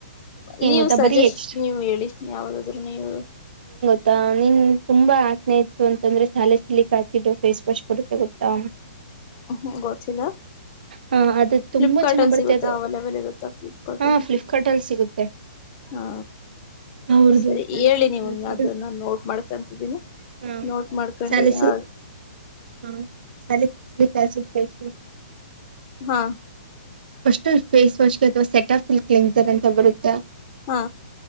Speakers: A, on the left; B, on the right.
A: ನೀವ್
B: ಗೊತ್ತಾ
A: ಸಜೆಷ್ಟ್
B: ಬರೀ ಎಕ್ಸ್ಟ್ರಾ
A: ನೀವ್ ಹೇಳಿ ಯಾವ್ದಾದ್ರು ನೀವು.
B: ತ್ತ ನೀನ್ ತುಂಬಾ ಅಕ್ನೆ ಇತ್ತು ಅಂತಂದ್ರೆ ಸಾಲೆ ಸಿಲಿಕ್ ಆಸಿಡು ಫೇಸ್ ವಾಶ್ ಬರುತ್ತೆ ಗೊತ್ತಾ.
A: ಹ್ಮ್ ಹು ಗೊತ್ತಿಲ್ಲ
B: ಹಾ ಅದು ತುಂಬಾ
A: ಫ್ಲಿಪ್ಕಾರ್ಟ್
B: ಚೆನ್ನಾಗ್
A: ಅಲ್
B: ಬರುತ್ತೆ
A: ಸಿಗುತ್ತಾ
B: ಅದು
A: ಅವೈಲಬಲ್ ಇರುತ್ತಾ ಫ್ಲಿಪ್ಕಾರ್ಟ್
B: ಹಾ
A: ಅಲ್ಲಿ.
B: ಫ್ಲಿಪ್ಕಾರ್ಟ್ ಅಲ್ಲಿ ಸಿಗುತ್ತೆ.
A: ಹಾ
B: ಅವ್ರದು
A: ಸರಿ
B: ಸ್ಯಾಲಿಸಿಲಿಕ್
A: ಹೇಳಿ ನೀವು
B: ಆಸಿಡ್
A: ಅದನ್ನ ನೋಟ್ ಮಾಡ್ಕಂತಿದ್ದೀನಿ
B: ಹ
A: ನೋಟ್ ಮಾಡ್ಕೊಂಡ್
B: ಸ್ಯಾಲಿಸಿ
A: ಯ
B: ಹ ಸ್ಯಾಲಿಸಿಲಿಕ್ ಆಸಿಡ್ ಫೇಸ್
A: ಹಾ.
B: ಫಸ್ಟು ಫೇಸ್ ವಾಶ್ಗೆ ಅತ್ವಾ ಸೆಟಫಿಲ್ ಕ್ಲೆನ್ ತರ್ ಅಂತ ಬರುತ್ತಾ.
A: ಹಾ